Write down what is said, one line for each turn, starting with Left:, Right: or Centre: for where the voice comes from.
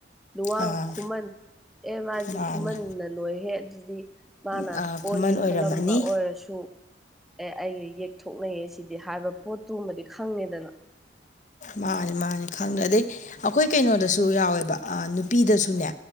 Centre: ꯂꯨꯋꯥꯡ
Left: ꯑꯥ
Centre: ꯈꯨꯃꯟ ꯑꯦ ꯃꯥꯖꯤ
Left: ꯃꯥꯅꯦ
Centre: ꯈꯨꯃꯟꯅ ꯂꯣꯏꯍꯦ ꯑꯗꯨꯗꯤ ꯃꯥꯅ
Left: ꯑꯥ
Centre: ꯀꯣꯏꯒꯦ
Left: ꯈꯨꯃꯟ ꯑꯣꯏꯔꯝꯃꯅꯤ
Centre: ꯈꯜꯂꯝꯕ ꯑꯣꯏꯔꯁꯨ ꯑꯦ ꯑꯩꯒ ꯌꯦꯛ ꯊꯣꯛꯅꯩꯌꯦꯁꯤꯗꯤ ꯍꯥꯏꯕ ꯄꯣꯠꯇꯨꯃꯗꯤ ꯈꯪꯉꯦꯗꯅ
Left: ꯃꯥꯅꯤ ꯃꯥꯅꯤ ꯈꯪꯗ꯭ꯔ ꯑꯗꯩ ꯑꯩꯈꯣꯏ ꯀꯩꯅꯣꯗꯁꯨ ꯌꯥꯎꯋꯦꯕ ꯑ ꯅꯨꯄꯤꯗꯁꯨꯅꯦ